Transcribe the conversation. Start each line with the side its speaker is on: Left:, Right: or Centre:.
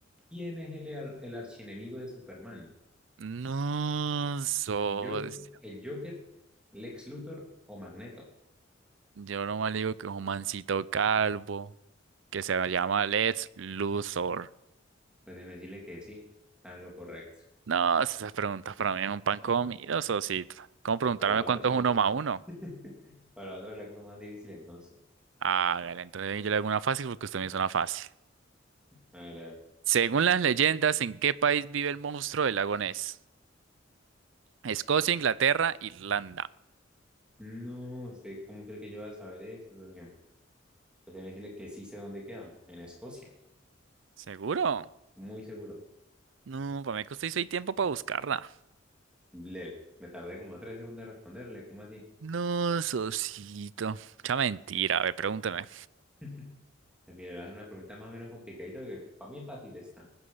Centre: ¿Quién es el, ar- el archienemigo de Superman?
Right: No, socio.
Centre: ¿Yo, el Joker, Lex Luthor o Magneto?
Right: Yo nomás le digo que es un mancito calvo, que se llama Let's Luthor.
Centre: Pues déjeme decirle que sí, están lo correcto.
Right: No, esas preguntas para mí es un pan comido, socito. ¿Cómo preguntarme
Centre: Para la otra,
Right: cuánto es
Centre: el-
Right: uno más uno?
Centre: <laughs> para la otra le hago una más difícil entonces.
Right: Hágale, entonces yo le hago una fácil porque usted me hizo una fácil.
Centre: A ver, a ver.
Right: Según las leyendas, ¿en qué país vive el monstruo del lago Ness? Escocia, Inglaterra, Irlanda.
Centre: No, ¿usted cómo cree que yo voy a saber eso? socio? Pues déjeme decirle que sí sé dónde queda, en Escocia.
Right: ¿Seguro?
Centre: Muy seguro.
Right: No, para mí que usted hizo ahí tiempo para buscarla.
Centre: Le, me tardé como tres segundos en responderle. ¿Cómo así?
Right: No, socito. Mucha mentira. A ver, pregúnteme.
Centre: <laughs> Pues Mira, es una pregunta más o menos complicadita porque para mí es fácil esta.